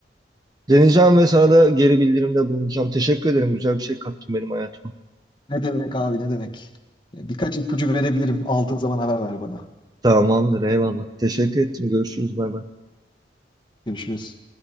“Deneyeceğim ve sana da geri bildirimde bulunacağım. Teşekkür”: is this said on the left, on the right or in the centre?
Right